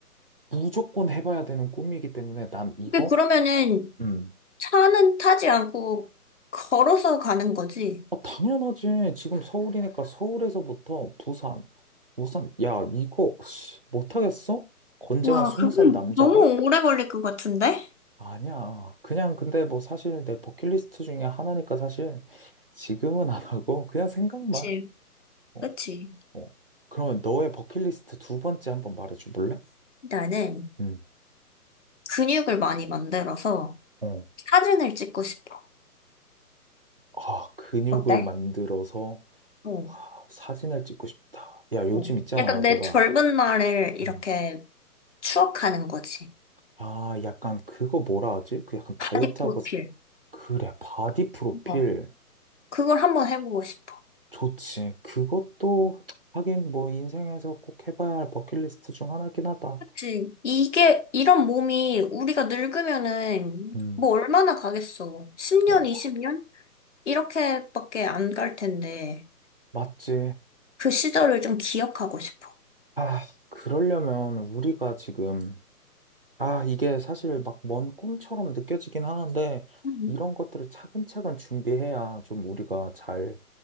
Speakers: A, on the right; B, on the left.
A: 무조건 해봐야 되는 꿈이기 때문에 난 이거
B: 근데 그러면은
A: 음.
B: 차는 타지 않고 걸어서 가는 거지.
A: 아, 당연하지. 지금 서울이니까 서울에서부터 부산, 부산, 야, 이거 씨, 못하겠어? 건장한
B: 와,
A: 스무
B: 그러면
A: 살 남자가?
B: 너무 오래 걸릴 것 같은데?
A: 아니야. 그냥 근데 뭐 사실 내 버킷리스트 중에 하나니까 사실 지금은 안 하고 그냥 생각만.
B: 그치,
A: 어,
B: 그치.
A: 어. 그러면 너의 버킷리스트 두 번째 한번 말해줘 볼래?
B: 나는
A: 응.
B: 근육을 많이 만들어서
A: 어.
B: 사진을 찍고 싶어.
A: 아, 근육을
B: 어때?
A: 만들어서
B: 어,
A: 아, 사진을 찍고 싶다. 야, 요즘
B: 어.
A: 있잖아.
B: 약간 내
A: 내가
B: 젊은 날을 이렇게
A: 음.
B: 추억하는 거지.
A: 아, 약간 그거 뭐라 하지? 그 약간
B: 바디
A: 다이어트하고
B: 프로필.
A: 세- 그래. 바디 프로필
B: 어. 그걸 한번 해보고 싶어.
A: 좋지. 그것도 하긴 뭐 인생에서 꼭 해봐야 할 버킷리스트 중 하나긴 하다.
B: 그치. 이게, 이런 몸이 우리가 늙으면은
A: 음.
B: 뭐 얼마나 가겠어. 10년,
A: 맞아.
B: 20년? 이렇게밖에 안 갈 텐데.
A: 맞지.
B: 그 시절을 좀 기억하고 싶어.
A: 아, 그러려면 우리가 지금, 아, 이게 사실 막 먼 꿈처럼 느껴지긴 하는데,
B: 음,
A: 이런 것들을 차근차근 준비해야 좀 우리가 잘,